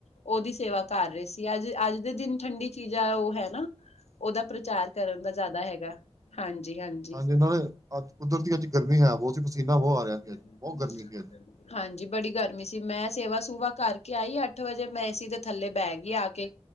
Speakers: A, on the left; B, on the right.
A: ਉਹਦੀ ਸੇਵਾ ਕਰ ਰਹੇ ਸੀ ਅੱਜ ਅੱਜ ਦੇ ਦਿਨ ਠੰਡੀ ਚੀਜ਼ਾਂ ਉਹ ਹੈ ਨਾ ਉਹਦਾ ਪ੍ਰਚਾਰ ਕਰਨ ਦਾ ਜ਼ਿਆਦਾ ਹੈਗਾ ਹਾਂਜੀ -ਹਾਂਜੀ
B: ਤੇ ਨਾਲੇ ਅੱਜ ਕੁਦਰਤੀ ਅੱਜ ਗਰਮੀ ਹੈ ਬਹੁਤ ਸੀ ਪਸੀਨਾ ਬਹੁਤ ਆ ਰਿਹਾ
A: ਹਾਂਜੀ
B: ਸੀ ਅਜ ਬਹੁਤ ਗਰਮੀ ਸੀ ਅੱਜ
A: ਹਾਂਜੀ ਬੜੀ ਗਰਮੀ ਸੀ ਮੈਂ ਸੇਵਾ ਸੂਵਾ ਕਰਕੇ ਆਈ ਅੱਠ ਵਜੇ ਮੈਂ ਏਸੀ ਦੇ ਥੱਲੇ ਬਹਿ ਗਈ ਆ ਕੇ